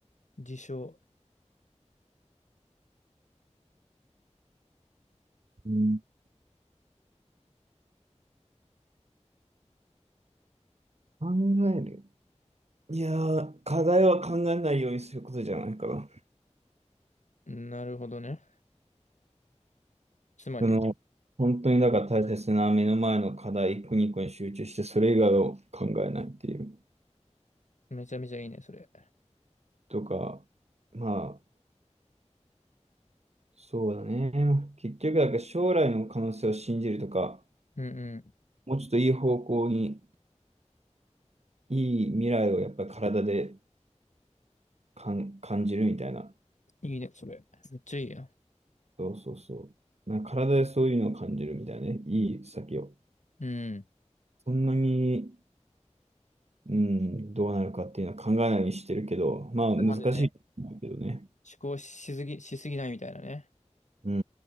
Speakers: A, on the left; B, on the right.
A: 事象。
B: うんうん、考える。いやー、課題は考えないようにすることじゃないかな。
A: なるほどね。つまり、
B: その、本当にだから大切な目の前の課題一個二個に集中して、それ以外を考えないっていう。
A: めちゃめちゃいいね、それ。
B: とか、まあ、そうだね。結局、だから将来の可能性を信じるとか、
A: うんう
B: もうちょっといい方向に、いい未来をやっぱり体でかん感じるみたいな。
A: ん。いいね、それ。めっちゃいいや。
B: そうそうそう。なんか体でそういうのを感じるみたいなね。いい先を。
A: うん。
B: そんなにうん、どうなるかっていうのは考えないようにしてるけど、まあ難しいと思うけどね。
A: 頭でね、思考しすぎ、しすぎないみたいなね。
B: うんう